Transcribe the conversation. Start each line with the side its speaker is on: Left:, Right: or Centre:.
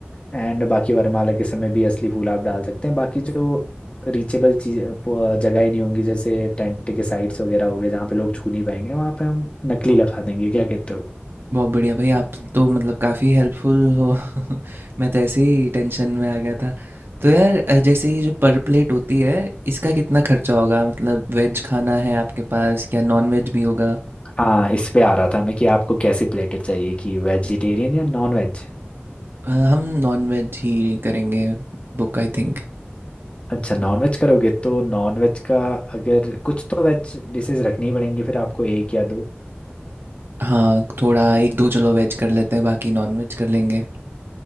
Left: एंड बाकी वरमाला के समय भी असली फूल आप डाल सकते हैं बाकी जो रीचेबल चीज प- जगह ही नहीं होंगी जैसे टेंट के साइड्स वगैरह हो गए जहाँ पे लोग छू नहीं पाएंगे वहाँ पे हम नकली लगा देंगे क्या कहते हो
Right: बहुत बढ़िया भाई, आप तो मतलब काफ़ी हेल्पफुल हो। <laughs> मैं तो ऐसे ही टेंशन में आ गया था। तो यार अ, जैसे ये जो पर प्लेट होती है, इसका कितना खर्चा होगा? मतलब वेज खाना है आपके पास या नॉन वेज भी होगा?
Left: हाँ इस पे आ रहा था मैं कि आपको कैसी प्लेटर चाहिए कि वेजिटेरियन या नॉन वेज
Right: अ, हम नॉन-वेज ही करेंगे बुक आई थिंक।
Left: अच्छा नॉन वेज करोगे तो नॉन वेज का अगर कुछ तो वेज डिशेज रखनी पड़ेंगी फिर आपको एक या दो
Right: हाँ, थोड़ा 1-2 चलो वेज कर लेते हैं, बाकी नॉन-वेज कर लेंगे।